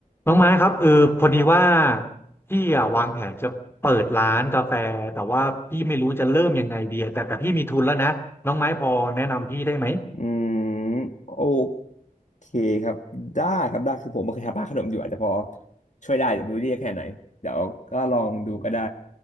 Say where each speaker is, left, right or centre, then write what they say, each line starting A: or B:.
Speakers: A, on the left (about 15°); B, on the left (about 55°).
A: น้องไม้ครับเออพอดีว่าพี่อะวางแผนจะเปิดร้านกาแฟแต่ว่าพี่ไม่รู้จะเริ่มยังไงดีอะแต่แต่พี่มีทุนแล้วนะน้องไม้พอแนะนำพี่ได้ไหม
B: อืมโอเคครับได้ครับได้คือผมไเคยทำบ้านขนมอยู่อาจจะพอช่วยได้แต่ไม่รู้ได้แค่ไหนเดี๋ยวก็ลองดูก็ได้